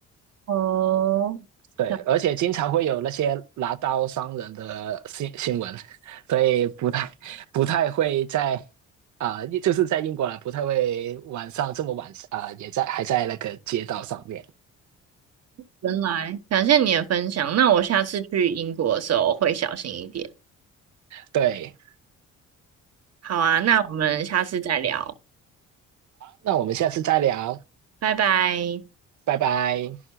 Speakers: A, on the right; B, on the right.
A: 哦，
B: 对，
A: 呀
B: 而且经常会有那些拿刀伤人的新新闻，<laughs> 所以不太不太会在啊、就是在英国啦，不太会晚上这么晚啊、也在还在那个街道上面。
A: 原来，感谢你的分享。那我下次去英国的时候会小心一点。
B: 对，
A: 好啊，那我们下次再聊，
B: 那我们下次再聊，
A: 拜拜。
B: 拜拜。